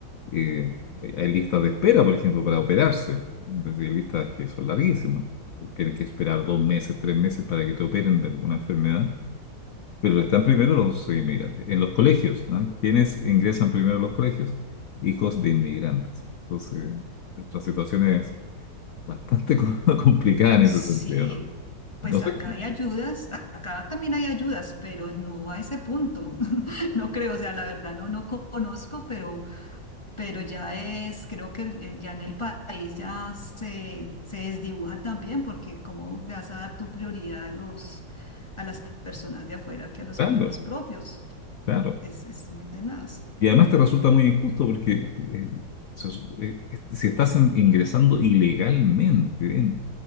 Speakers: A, on the left (about 60°); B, on the left (about 20°).
A: Eh, hay listas de espera, por ejemplo, para operarse. Es decir, hay listas que son larguísimas. Tienes que esperar dos meses, tres meses para que te operen de alguna enfermedad. Pero están primero los inmigrantes. En los colegios, ¿no? ¿Quiénes ingresan primero a los colegios? Hijos de inmigrantes. Entonces, nuestra situación es bastante <laughs> co- complicada en
B: Sí,
A: ese sentido, ¿no?
B: pues
A: No sé,
B: acá hay ayudas, a- acá también hay ayudas, pero no a ese punto, <laughs> no creo, o sea, la verdad no, no conozco, pero pero ya es, creo que el- el- ya en el país ya se, se desdibuja también, porque cómo le vas a dar tu prioridad a los, a las personas de afuera que a los
A: claro,
B: mismos propios.
A: claro.
B: Es, es muy tenaz.
A: Y además te resulta muy injusto porque eh, se su- eh, este, si estás en- ingresando ilegalmente, en-